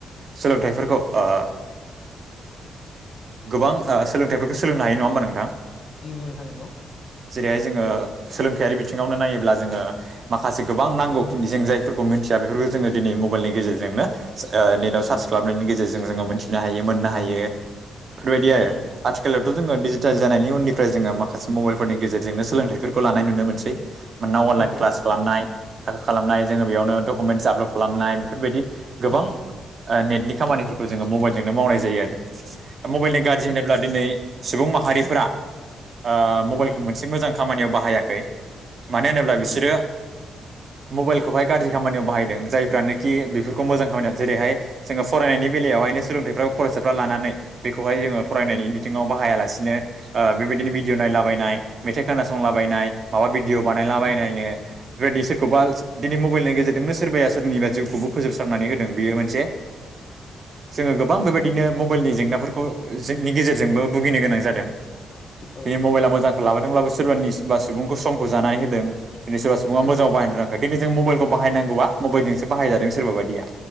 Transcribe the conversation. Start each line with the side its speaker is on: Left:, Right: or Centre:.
Right: सोलोंथाइफोरखौ ओ गोबां ओ सोलोंथाइफोरखौ सोलोंनो हायो नङा होमबा नोंथां?
Left: नोंगौ नोंथां नंगौ।
Right: जेरैहाय जोङो सोलोंथायारि बिथिङावनो नायोब्ला जोङो माखासे गोबां नांगौ <unintelligible> जों जायफोरखौ मोन मिथिया बेफोरखौ जोङो दिनै मबाइलनि गेजेरजोंनो ओ नेटाव सार्च खालामनायनि गेजेरजों जोङो मिथिनो हायो मोननो हायो। बेफोरबायदि आरो
Left: उम
Right: आथिखालावथ' जोङो डिजिटेल जानायनि उननिफ्राय जोङो मा माखासे मबाइलफोरनि गेजेरजोंनो सोलोंथाइफोरखौ लानाय नुनो मोनसै मानोना अनलाइन
Left: नंगौ
Right: क्लास खालामनाय थाखा खालामनाय जोङो बेयावनो डकुमेन्टस आपलड खालामनाय बेफोरबायदि गोबां
Left: उम
Right: ओ नेटनि खामानिफोरखौ जोङो मबाइलजोंनो मावनाय जायो आरो दा मबाइलनि
Left: नंगौ
Right: गाज्रि
Left: नोंथां
Right: होनोब्ला दिनै सुबुं माहारिफोरा ओ मबाइलखौ
Left: उम
Right: मोनसे मोजां खामानियाव बाहायाखै मानो होनोब्ला बिसोरो
Left: उम
Right: मबाइलखौहाय गाज्रि खामानियाव बाहायदों जायफ्रानोखि बेफोरखौ मोजां खामानियाव जेरैहाय जोङो फरायनाय नि बेलायावहायनो सोलोंथाइफ्रा फरायसाफ्रा लानानै बेखौहाय जोङो फरायनायनि बिथिङाव बाहायालासिनो ओ बेबायदिनो भिडिअ नायलाबायनाय मेथाइ खोना संला बायनाय माबा बिदि भिडिअ बानायला बनायनो
Left: उम
Right: बेदि सोरखौबा दिनै मबाइलनि गेजेरजोंनो सोरबाया सोरनिबा जिउखौबो फोजोबस्रांनानै होदों बेयो मोनसे जोङो गोबां बेबायदिनो मबेलनि जेंनाफोरखौनि गेजेरजोंबो भुगिनो गोनां जादों
Left: औ
Right: बेनि
Left: नंगौ
Right: मबाइला
Left: नोंथां
Right: मोजांखौ लाबोदोंब्लाबो सोरबानि बा सुबुंखौ समखौ जानानै होदों दिनै सोरबा सुबुङा मोजाङाव
Left: औ
Right: बाहायनो रोङाखै दिनै जों मबाइलखौ बाहायनांगौआ मबाइलजोंसो बाहायादों सोरबा बायदिया